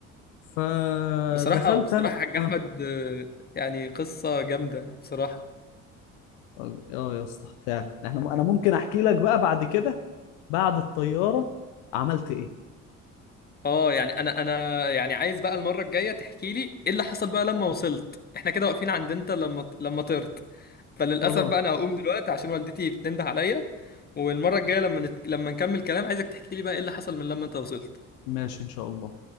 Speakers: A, on the left (about 60°); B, on the left (about 25°).
A: فدخلت
B: بصراحة بصراحة
A: انا
B: حاج
A: اه
B: أحمد آه، يعني قصة جامدة بصراحة
A: اه آه يا اسطى فعلا احنا انا ممكن احكي لك بقى بعد كده بعد الطياره عملت ايه
B: اه يعني انا انا يعني عايز بقى المرة الجاية تحكي لي ايه اللي حصل بقى لما وصلت احنا كده واقفين عند انت لما لما طرت فللأسف
A: خلاص
B: بقى انا هقوم دلوقتي عشان والدتي بتنده عليا والمرة الجاية لما نت... لما نكمل كلام عايزك تحكي لي بقى ايه اللي حصل من لما انت وصلت
A: ماشي ان شاء الله